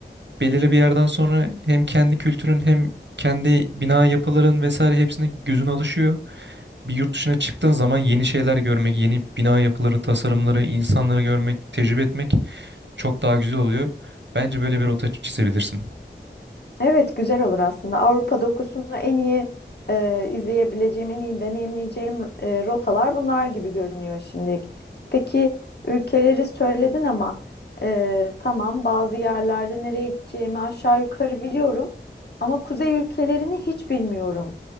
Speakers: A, on the right (about 75°); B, on the left (about 65°).
A: belirli bir yerden sonra hem kendi kültürün hem kendi bina yapıların vesaire hepsine gözün alışıyor. Bir yurt dışına çıktığın zaman yeni şeyler görmek, yeni bina yapıları, tasarımları, insanları görmek, tecrübe etmek çok daha güzel oluyor. Bence böyle bir rota çizebilirsin.
B: Evet güzel olur aslında. Avrupa dokusunu en iyi e, izleyebileceğim, en iyi deneyimleyeceğim e, rotalar bunlar gibi görünüyor şimdilik. Peki ülkeleri söyledin ama e, tamam bazı yerlerde nereye gideceğimi aşağı yukarı biliyorum. Ama kuzey ülkelerini hiç bilmiyorum.